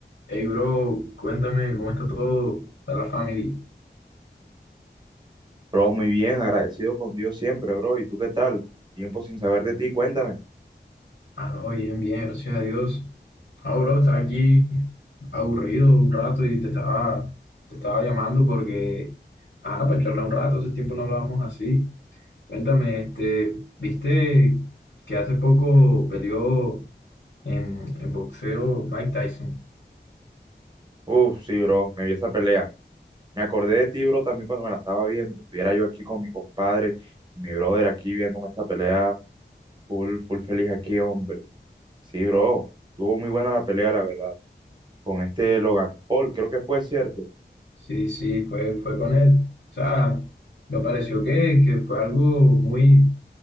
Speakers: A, on the left; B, on the right.
A: Hey, bro, cuéntame cómo está todo, está la familia.
B: Bro, muy bien, agradecido con Dios siempre, bro. ¿Y tú qué tal? Tiempo sin saber de ti, cuéntame.
A: Ah, no, bien, bien, gracias a Dios. Ah, bro, estaba aquí aburrido un rato y te estaba, te estaba llamando porque, ah, para charlar un rato, hace tiempo no hablábamos así. Cuéntame, este, ¿viste que hace poco peleó en, en boxeo Mike Tyson?
B: Uf, sí, bro, me vi esa pelea. Me acordé de ti, bro, también cuando me la estaba viendo. Estuviera yo aquí con mi compadre, mi brother aquí viéndome esta pelea, full, full feliz aquí, hombre. Sí, bro, tuvo muy buena la pelea, la verdad. Con este Logan Paul, creo que fue cierto.
A: Sí, sí, fue, fue con él. O sea, me pareció que, que fue algo muy